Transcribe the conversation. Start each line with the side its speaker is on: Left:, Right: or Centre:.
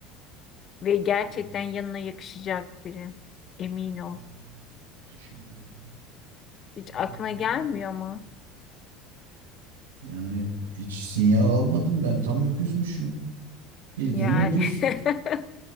Left: Ve gerçekten
Right: Allah.
Left: yanına yakışacak biri. Emin ol.
Right: Aa, Düşünüyorum. Vallahi
Left: Hiç aklına
Right: bilmiyorum.
Left: gelmiyor mu?
Right: Yani hiç sinyal almadım ben tam öküzmüşüm. Bildiğin
Left: Yani
Right: öküz.
Left: <laughs>